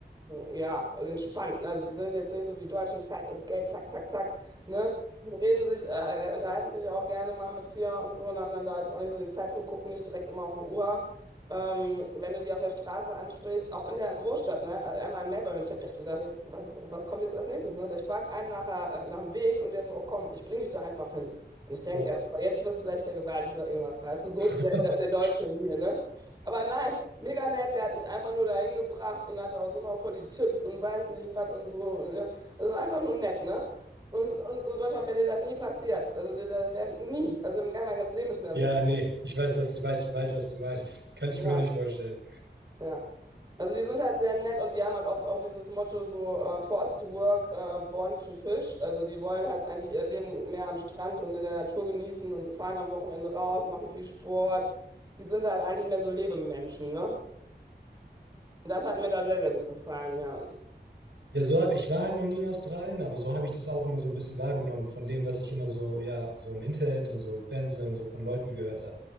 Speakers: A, on the right (about 20°); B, on the right (about 80°).
A: ähm, ja, entspannt. ne? Also die sind jetzt nicht so wie die Deutschen, Zeit ist Geld, zack, zack, zack, ne? Die reden sich, äh, unterhalten sich auch gerne mal mit dir und so und haben dann da jetzt auch nicht so den Zeitdruck, gucken nicht direkt immer auf die Uhr. Ähm, wenn du die auf der Straße ansprichst, auch in der Großstadt, ne? Also Einmal in Melbourne, ich habe echt gedacht, jetzt, was, was kommt jetzt als nächstes, ne? Ich frage einen nachher, äh, nach dem Weg und der so, oh komm, ich bring dich da einfach hin. Und ich denke
B: boah,
A: erst mal, jetzt wirst du gleich vergewaltigt oder irgendwas, weißt du, so
B: <laughs>
A: der, der, der Deutsche in mir, ne? Aber nein, mega nett, der hat mich einfach nur dahin gebracht und hatte auch so noch voll die Tipps und weiß nicht was und so. Und, ja. Also einfach nur nett, ne? Und, und so in Deutschland wäre dir das nie passiert. Also dir, da wär, nie. Also in meinem ganzen Leben ist mir das
B: Ja,
A: nicht passiert.
B: nee, ich weiß, dass ich weiß, weiß, was du meinst. <laughs> Kann ich
A: ja.
B: mir auch nicht vorstellen.
A: Ja. Also die sind halt sehr nett und die haben halt oft auch dieses Motto so äh, forced to work, äh, born to fish. Also die wollen halt eigentlich ihr Leben mehr am Strand und in der Natur genießen und fahren am Wochenende raus, machen viel Sport. Die sind halt eigentlich mehr so Lebemenschen, ne? Und das hat mir da sehr, sehr gut gefallen, ja.
B: Ja, so habe ich war halt noch nie in Australien, aber so habe ich das auch immer so ein bisschen wahrgenommen von dem, was ich immer so, ja, so im Internet und so im Fernsehen und so von Leuten gehört habe.